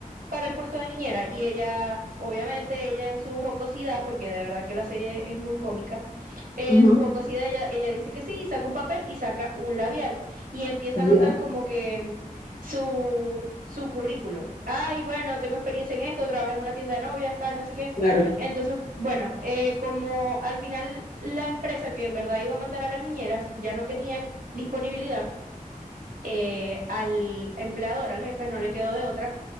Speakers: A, on the right; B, on the left.
A: para el puesto de niñera, y ella, obviamente, ella en su jocosidad, porque de verdad que la serie es muy cómica, en
B: Ajá,
A: su jocosidad ella, ella dice que sí y saca un papel y saca un labial y empieza
B: ya.
A: a notar como que su, su currículo. Ay, bueno, tengo experiencia en esto, trabajé en una tienda de novias, tal, no sé qué.
B: Claro.
A: Entonces, bueno, eh, como al final la empresa que en verdad iba a mandar a las niñeras ya no tenía disponibilidad, eh, al empleador, al jefe, no le quedó de otra